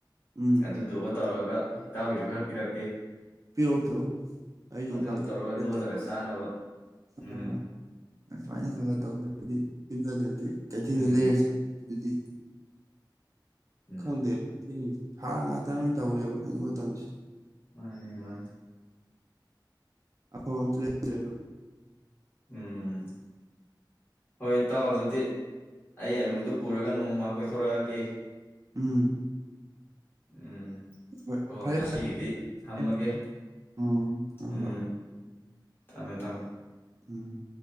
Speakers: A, on the right; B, on the left.
A: ꯎꯝ
B: ꯑꯗꯨꯗꯨꯒ ꯇꯧꯔꯒ ꯏꯇꯥꯎꯒꯤꯁꯨ ꯈꯔ ꯄꯤꯔꯛꯀꯦ
A: ꯄꯤꯔꯛꯑꯣ ꯄꯤꯔꯛꯑꯣ ꯑꯩ ꯌꯣꯡꯆꯥꯛ
B: ꯑꯗꯨꯗꯨ ꯇꯧꯔꯒ
A: ꯄꯤꯔꯛꯀꯦ
B: ꯂꯣꯜꯂꯒ ꯆꯥꯅꯕ ꯎꯝ
A: ꯍꯣꯏ ꯍꯣꯏ ꯑꯗꯨꯃꯥꯏꯅ ꯈꯔ ꯈꯔ ꯇꯧꯗꯗꯤ ꯄꯤꯟ ꯑꯗꯗꯤ ꯀꯩꯊꯦꯜꯗ
B: ꯎꯝ
A: ꯂꯩꯔꯁꯤ ꯗꯗꯤ
B: ꯎꯝ
A: ꯈꯪꯗꯦ ꯎꯝ ꯍꯥꯔ ꯉꯥꯛꯇ ꯂꯣꯏꯅ ꯇꯧꯔꯦꯕ ꯍꯧꯖꯤꯛꯀꯤ ꯃꯇꯝꯁꯤ
B: ꯃꯥꯅꯤ ꯃꯥꯅꯤ
A: ꯑꯐꯥꯎꯕ ꯑꯃꯇ ꯂꯩꯇ꯭ꯔꯦꯕ
B: ꯎꯝ ꯍꯣꯏ ꯇꯥꯎ ꯑꯗꯨꯗꯤ ꯑꯩ ꯑꯂꯨꯗꯨ ꯄꯨꯔꯒ ꯅꯣꯡꯃ ꯀꯣꯏꯊꯣꯔꯛꯑꯒꯦ
A: ꯎꯝ
B: ꯎꯝ
A: ꯍꯣꯏ
B: ꯑꯣ
A: ꯐꯔꯦ
B: ꯉꯁꯤꯒꯤꯗꯤ ꯊꯝꯃꯒꯦ
A: ꯐꯔꯦ ꯎꯝ ꯍꯣꯏ
B: ꯎꯝ
A: ꯍꯣꯏ
B: ꯊꯝꯃꯦ ꯊꯝꯃꯦ
A: ꯎꯝ